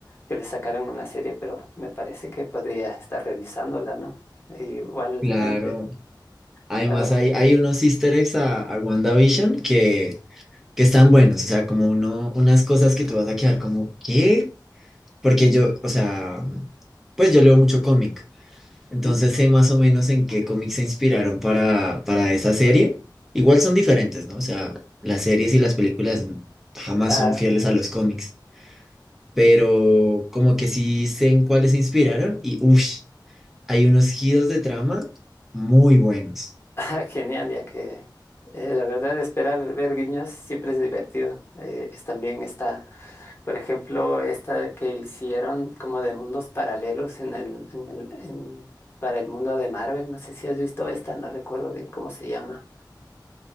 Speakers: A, on the left; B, in the centre.
A: que le sacaran una serie, pero me parece que podría estar revisándola, ¿no? E igualmente,
B: claro, además
A: claro,
B: hay, hay unos easter eggs a, a WandaVision que, que están buenos, o sea, como uno, unas cosas que tú vas a quedar como, ¿qué? Porque yo, o sea, pues yo leo mucho cómic, entonces
A: ujú,
B: sé más o menos en qué cómics se inspiraron para, para esa serie. Igual son diferentes, ¿no? O sea, las series y las películas jamás
A: claro.
B: son fieles a los cómics, pero como que sí sé en cuáles se inspiraron y, uff, hay unos giros de trama muy buenos.
A: Ah, genial, ya que eh, la verdad esperar ver guiños siempre es divertido. Eh, es- también está, por ejemplo, esta que hicieron como de mundos paralelos en el, en el, en- para el mundo de Marvel. No sé si has visto esta, no recuerdo bien cómo se llama.